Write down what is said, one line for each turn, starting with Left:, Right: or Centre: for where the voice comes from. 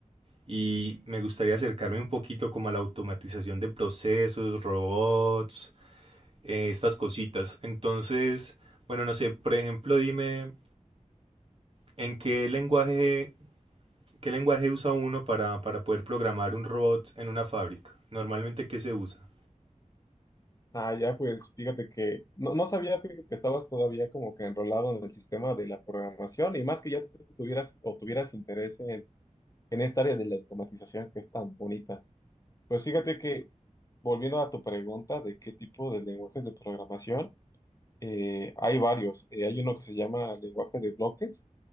Right: y me gustaría acercarme un poquito como a la automatización de procesos, robots, eh, estas cositas. Entonces, bueno, no sé, por ejemplo, dime en qué lenguaje, qué lenguaje usa uno para, para poder programar un robot en una fábrica. Normalmente, ¿qué se usa?
Left: Ah, ya, pues fíjate que no, no sabía fíjate, que estabas todavía como que enrolado en el sistema de la programación y más que ya tuvieras o tuvieras interés en, en esta área de la automatización que es tan bonita. Pues fíjate que, volviendo a tu pregunta de qué tipo de lenguajes de programación, eh, hay varios. Eh, hay uno que se llama lenguaje de bloques